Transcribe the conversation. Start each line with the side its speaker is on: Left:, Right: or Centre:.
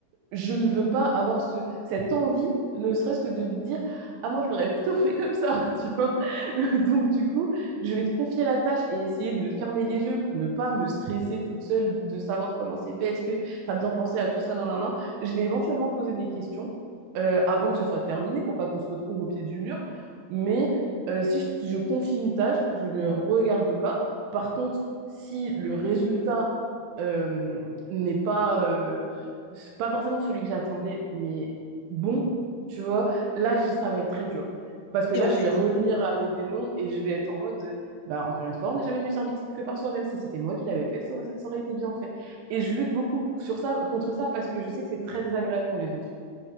Right: je ne veux pas avoir ce, cette envie, ne serait-ce que de dire Ah, moi, je l'aurais plutôt <laughs> fait comme ça, tu vois. <laughs> Donc, du coup, je vais te confier la tâche et essayer de fermer les yeux pour ne pas me stresser toute seule de savoir comment c'est fait. Est-ce que t'as bien pensé à tout ça nan, nan, nan. Je vais éventuellement poser des questions euh, avant que ce soit terminé pour pas qu'on se retrouve au pied du mur. Mais euh, si je, je confie une tâche, je ne regarde pas. Par contre, si le résultat euh, n'est pas euh, c'est pas forcément celui que j'attendais, mais bon, tu vois, là, j- ça va être très dur. Parce que
Left: et
Right: là,
Left: en fait.
Right: je vais revenir à mes démons et je vais être en mode, de, bah, encore une fois, on n'est jamais mieux servi que que par soi, même si c'était moi qui l'avais fait, ça, aurait ça aurait été bien fait. Et je lutte beaucoup sur ça, contre ça parce que je sais que c'est très désagréable pour les autres.